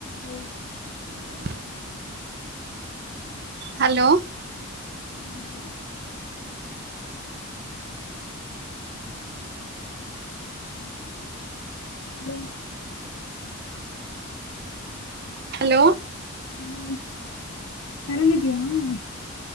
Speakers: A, on the left; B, on the right.
A: ಹ್ಮ
B: <inaudible> hello
A: hello ಹ್ಮ್
B: hello
A: hello ಆರಾಮಿದಿಯಾ? ಹ್ಮ್